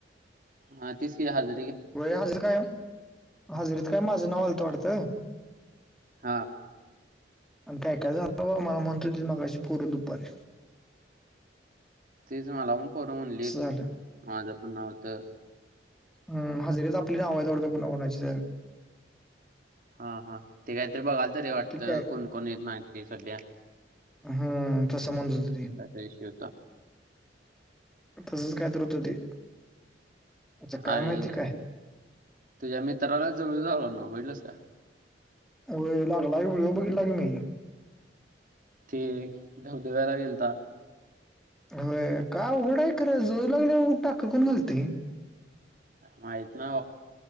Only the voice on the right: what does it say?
हा तसकी हज
हा
तीच मला पण परवणली
माझं पण नव्हतं
हा हा ते काहीतरी बघाल तरी वाटतं
कोण कोण य माहिती सध्या
कात शवता
अरे
तुझ्या मित्राला जवळ जा आला ना बजलस का
ते धबधब्यायला गेलतात
माहित ना